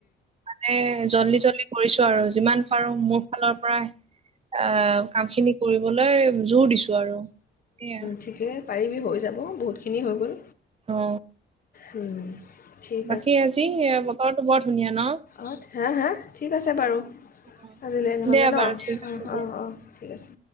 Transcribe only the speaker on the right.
মানে জল্দি জল্দি কৰিছো আৰু যিমান কাৰণ মোৰ ফালৰ পৰাই আ কাম খিনি কৰিবলৈ জোৰ দিছো আৰু সেইয়া
অ
বাকী আজি বতৰটো বৰ ধুনীয়া ন
অ',
দিয়া
বাৰু ঠিক
আছে দিয়া।